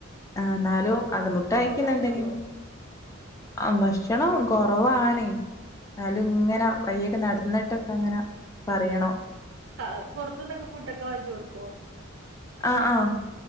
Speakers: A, on the left; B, on the right.
A: ആഹ് എന്നാലും അത് മുട്ട കഴിയ്ക്കുന്നുണ്ടെങ്കിലും
B: കഴിച്ചോളോ
A: ആ ഭക്ഷണം കുറവാണ് എന്നാലും ഇങ്ങനെ പയ്യൊക്കെ നടന്നിട്ടൊക്കെ അങ്ങനെ. പറയണോ
B: ആഹ് പുറത്തുന്നൊക്കെ ഫുഡ്ക്കെ വാങ്ങിച്ചു കൊടുക്കോ?
A: ആഹ് ആഹ്